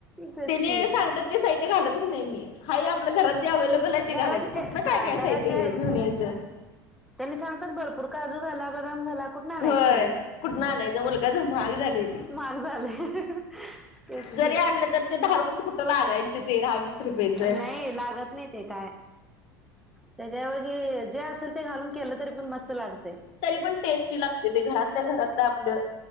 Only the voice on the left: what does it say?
त्याने
सांगतात. ते साहित्य घालतच नाही. मी- हाय हे आपल्या घरात जे अवेलेबल आहे ते
घालायचं कुठन
काय
काय
साहित्य
घेऊन यायचं
व्हय
कुटन आणायाच मुलखाच महाग झालय ते.
जरी
आणलं तर ते दहा रुपयेच कुठं लागायच ते दहा वीस रुपयेच
तरी पण टेस्टी लागते ते घरातल्या घरातलं आपलं